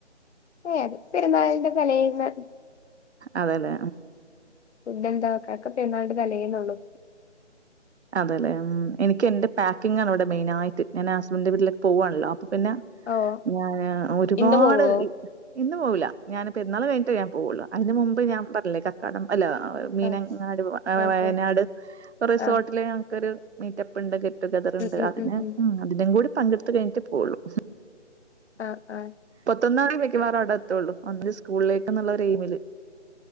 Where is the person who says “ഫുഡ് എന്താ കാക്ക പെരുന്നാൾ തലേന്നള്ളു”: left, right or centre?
Left